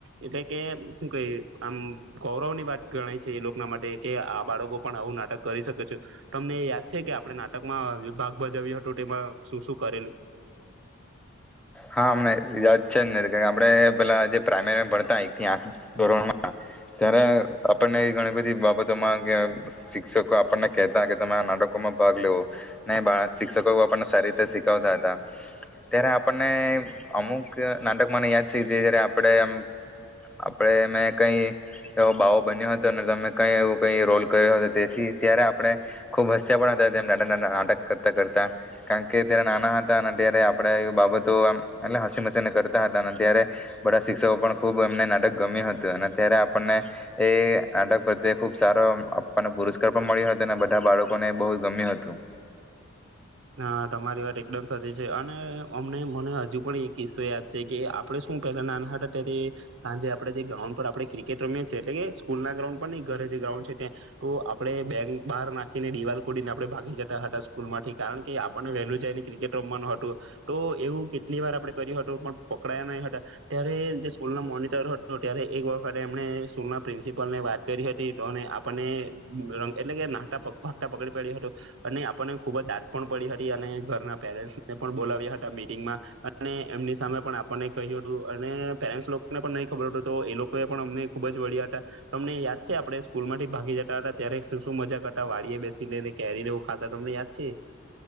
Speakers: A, on the right; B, in the centre.
A: એટલે કે શું કઈ આમ ગૌરવ ની વાત ગણાય છે એ લોકોના માટે કે આ બાળકો પણ આવું નાટક કરી શકે છે, તમને યાદ છે કે આપણે નાટકમાં વિભાગ બજાવ હતું તેમાં શું શું કરેલું?
B: હા હમને યાદ છે આપે પેલા જે પ્રાઈમેરી ભણતા એકથી આઠ ધોરણમાં, ત્યારે આપણને ઘણી બધી બાબતોમાં કે શિક્ષકો આપણને કતા કે તમે નાટકોમાં ભાગ લેવો, ને શિક્ષકો આપને સારી રીતે શીખતા હતા, ત્યારે અમુક નાટક મને યાદ છે જ આપણે એમ આપણે મેં કઈ, એવો બાવો બન્યો હતો અનેને તમે કઈ એવું કઈ રોલ કર્યો હતો તેથી ત્યારે આપણે, ખુબ હસ્યા પણ હતા નાટક કરતા કરતા, કારણ કે ત્યારે નાના હતા અને ત્યારે આપણે એ બાબત તો એટલે હસી મસીને કરતા હતા અને ત્યારે, બધા શિક્ષકો પણ ખૂબ એમને નાટક ગમ્યું હતું અને ત્યારે આપણને, એ નાટક પ્રત્યે ખુબ સારો આપણને પુરસ્કાર પણ મળ્યો હતો અને બધા બાળકોને બહુ ગમ્યું હતું.
A: હા તમારી વાત એકદમ સચી છે અને અમને મને હજુ પણ એક કિસ્સો યાદ છે કે આપડે શું પેલા નાના હાટથી સાંજે આપડે જે ગ્રાઉન્ડ પર આપડણે ક્રિકેટ રમી છીએ એટલે કે સ્કૂલ ના ગ્રાન્ડ પર ન ઘરે જે ગ્રાઉન્ડ છે ત્યાં તો આપડે બેક બહાર નાખીને દિવાલ કડીને આપણે ભાગી જતા હતા સ્કૂલ માંથી. કારણ કે આપણને વહેલું જાયને ક્રિકેટ રમવાનું હતું, તો એવું કેટલી વાર આપણે કર્યું હતું પણ પકડાયા નહી હતા, ત્યારે જે સ્કૂલ ના મોનિટર હતો ત્યારે એક વખત એમણે સ્કૂલના પ્રિન્સિપલને વાત કરી હતી આપણને ર એટલે કે નાતાતા પકડી પડ્યો હતું, અને આપણને ખૂબ જ દા પડી હતી અને ઘરના પેરેન્ટને પણ બોલાવ્યા હતા મીટંગમાં, અને એમની સામે પણ આપણને કહ્યું હતું અને પેરેન્ટ્સ લોકોને પણ નહી ખબર હતું તો એ લોકો એ પણ અમને ખુબ જ વળ્યા હતા તમને યાદ છે આપણે સ્કૂલ માંથી ભાગી જતા હતા ત્યારે શું મજા કરતા વાડી બેસી લઈને કેરી લેવું ખાતા તમને યાદ છે?